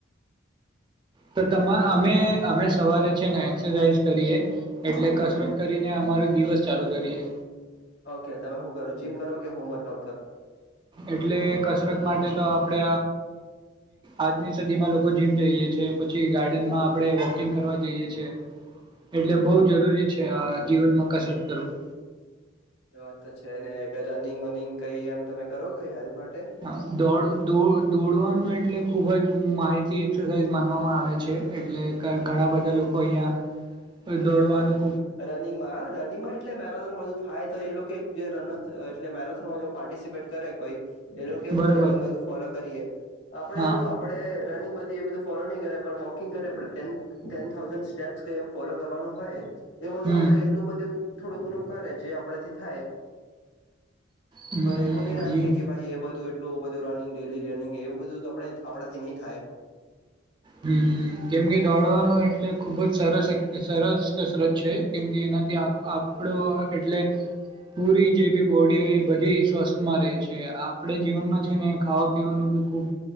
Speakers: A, on the right; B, on the left.
A: તો તમા અમે અમે સવારે છે ને એક્સરસાાઈઝ કરીએ એટલે કસરત
B: ઓકે
A: કરીને અમારું દિવસ ચાલુ કરીએ
B: ઓકે તમે શું કરો જીમ કરો હમ વર્કઉ
A: એટલે કસરત માટે તો આપડે આજની સદીમાં લોકો જીમ જઈએ છે પછી ગાર્ડનમાં આપણે વોકિંગ કરવા જઈએ છેએ એટલે બહ જરૂરી છે આ જીવનમાં કસરત કરવું
B: એ વાત તો છે ને કઈ રનિંગ વનિંગ કઈ એમ તમે કરો કઈ હેલ્થ માટે
A: હાોડ દોડવાનું એટલે ખુબ જ માહિતી એક્સરસાઇઝ આવે છે એટલે ઘણા બધા લોકો કો અહયા દોડવાનું
B: રનિંગમાં રનિંગમાં એટલે મેરાથોન બધું થાય તો એ લોકો જે રન એટલે મેરાથોનમાં જો પાર્ટિસિપેટ કરે કોઈ એ લોકો કે
A: બરોબર
B: હું રનિંગ બધું ફોલો કરીએ આપડે
A: હા
B: હું આપડે રનિંગ બધી એ બધું ફોલો નહીં કરે પણ વોકિંગ કરે પણ ટેન થાઉઝન્ડ સ્ટેપ્સ કઈ એમ ફોલો કરવાનું હોય એ બધું
A: હમ
B: આપડે એટલું બધું થોડું ઘણું કરે જે આપડથી થાય
A: હમ
B: પણ એવું નહી રાખીએ
A: હમ
B: કે ભાઈ એ બધું એટલું બધું રનિંગ ડેલી રનિંગ એવું બધું તો આપણે આપણાથી નહી થાય
A: હમ કેમકે દોડવાનું એટલે ખુબ જ સરસ સરસ કસરત છે કેમ કે એનાથી આપડો એટલે પૂરી જે બી બોડી હોય એ બધી સ્વસ્થમાં રહે છે આપણેે જીવનમાં છે ને ખાવા પીવાનું બી ખૂબ